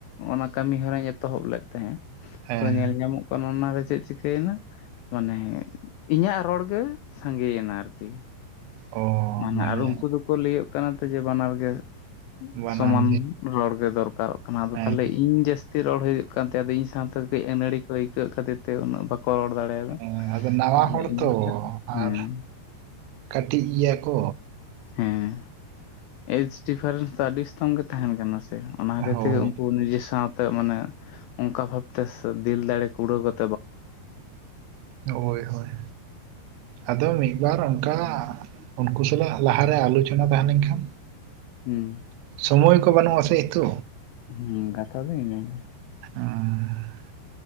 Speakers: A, on the left (about 90°); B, on the right (about 85°).
A: ᱚᱱᱟ ᱠᱟᱹᱢᱤ ᱦᱚᱨᱟᱸᱧ ᱮᱛᱚᱦᱚᱵ ᱞᱮᱫ ᱛᱟᱦᱮᱸᱜᱼᱟ᱾
B: ᱦᱮᱸ
A: ᱛᱚ ᱧᱮᱞ ᱧᱟᱢᱚᱜ ᱠᱟᱱᱟ ᱚᱱᱟᱨᱮ ᱪᱮᱫ ᱪᱤᱠᱟᱹᱭᱮᱱᱟ? ᱢᱟᱱᱮ ᱤᱧᱟᱹᱜ ᱨᱚᱲ ᱜᱮ ᱥᱟᱸᱜᱮ ᱭᱮᱱᱟ ᱟᱨᱠᱤ?
B: ᱚ
A: ᱢᱟ ᱱᱟᱜ
B: ᱢᱟᱱᱮ
A: ᱟᱨ ᱩᱱᱠᱩ ᱫᱚᱠᱚ ᱞᱟᱹᱭᱩᱜ ᱠᱟᱱᱟ ᱛᱚ, ᱡᱮ ᱵᱟᱱᱟᱨ ᱜᱮ
B: ᱵᱟᱱᱟᱨ
A: ᱥᱚᱢᱟᱱ
B: ᱜᱮ
A: ᱨᱚᱲ ᱜᱮ ᱫᱚᱨᱠᱟᱨᱚᱜ ᱠᱟᱱᱟ ᱟᱫᱚ
B: ᱦᱮᱸ
A: ᱛᱟᱦᱮᱞᱮ ᱤᱧ ᱡᱟᱹᱥ ᱛᱤ ᱨᱚᱲ ᱦᱩᱭᱩᱜ ᱠᱟᱱ ᱛᱟᱭᱟ, ᱟᱫᱚ ᱤᱧ ᱥᱟᱶᱛᱮ ᱠᱟᱹᱡ ᱟᱹᱱᱟᱹᱲᱤ ᱠᱚ ᱟᱹᱭᱠᱟᱹᱣ ᱮᱫ ᱠᱷᱟᱹᱛᱤᱨ ᱛᱮ ᱩᱱᱟᱹᱜ ᱵᱟᱠᱚ ᱨᱚᱲ ᱫᱟᱲᱮ ᱫᱟᱲᱮᱜᱟᱜ
B: ᱦᱮᱸ ᱟᱫᱚ ᱱᱟᱣᱟ
A: ᱟ᱾ ᱟ
B: ᱦᱚᱲ
A: ᱱᱤᱜᱱᱤᱠᱟᱹ
B: ᱛᱚ
A: ᱨᱮ, ᱦᱩᱸ
B: ᱟᱨ ᱠᱟᱹᱴᱤᱡ ᱜᱮᱭᱟ ᱠᱚ
A: ᱦᱮᱸ ᱮᱡᱽ ᱰᱤᱯᱷᱟᱨᱮᱱᱥ ᱫᱚ ᱟᱹᱰᱤ ᱥᱛᱚᱝ ᱜᱮ ᱛᱟᱸᱦᱮᱱ ᱠᱟᱱᱟ ᱥᱮᱱᱟᱜ ᱚᱱᱟ ᱠᱷᱟᱹᱛᱤᱨ
B: ᱦᱳᱭ
A: ᱛᱮᱜᱮ ᱩᱱᱠᱳ ᱱᱤᱡᱮ ᱥᱟᱶᱛᱮ ᱢᱟᱱᱮ ᱚᱱᱠᱟ ᱵᱷᱟᱵ ᱛᱮ ᱥᱮ ᱫᱤᱞ ᱫᱟᱲᱮ ᱠᱩᱲᱟᱹᱣ ᱠᱟᱛ
B: <inaudible> ᱦᱳᱭ ᱦᱳᱭ ᱟᱫᱚ ᱢᱤᱫ ᱵᱟᱨ ᱚᱱᱠᱟ ᱩᱱᱠᱩ ᱥᱟᱞᱟᱜ ᱞᱟᱦᱟᱨᱮ ᱟᱞᱳᱪᱚᱱᱟ ᱛᱟᱦᱮᱸ ᱞᱮᱱ ᱠᱷᱟᱱ,
A: ᱦᱩᱸ
B: ᱥᱳᱢᱚᱭ ᱠᱚ ᱵᱟᱹᱱᱩᱜ ᱟᱥᱮ ᱮᱠ ᱛᱳ
A: ᱦᱩᱸ ᱜᱟᱛᱷᱟ ᱫᱚ ᱤᱱᱟᱹ ᱜᱮ
B: ᱦᱩᱸ <unintelligible>